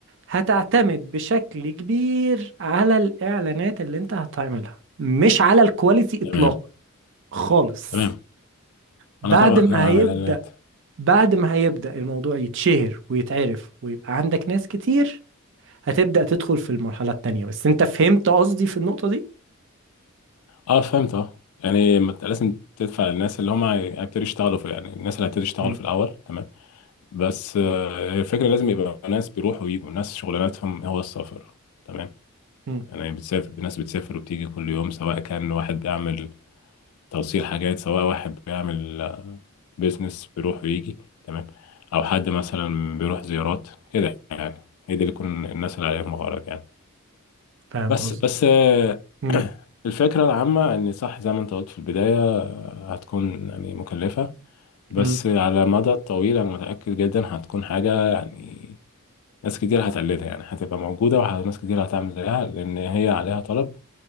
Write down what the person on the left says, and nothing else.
تمام
تمام
انا طبعا
انا اعمل
اعلانات
اه فهمت اه يعني ما انت لازم تدفع للناس اللي هم هي- هيبتدوا يشتغلوا في يعني الناس اللي هيبتدوا يشتغلوا
في الاول تمام بس آه، الفكره لازم يبقى ناس بيروحوا ويجوا ناس شغلانتهم هو السفر تمام
يعني بتسافر ناس بتسافر وبتيجي كل يوم سواء كان واحد بيعمل توصيل حاجات سواء واحد بيعمل آه، بيزنس بيروح ويجي تمام او حد مثلا بيروح زيارات كده يعني هي دي اللي تكون الناس اللي عليهم غرض يعني
بس
بس آه،
<clears throat> الفكرة العامة إن صح زي ما أنت قلت في البداية آه، هتكون يعني مكلفة بس
على المدى الطويل أنا متأكد جدا هتكون حاجة يعني ناس كتير هتقلدها يعني هتبقى موجودة وناس كتير هتعمل زيها لأن هي عليها طلب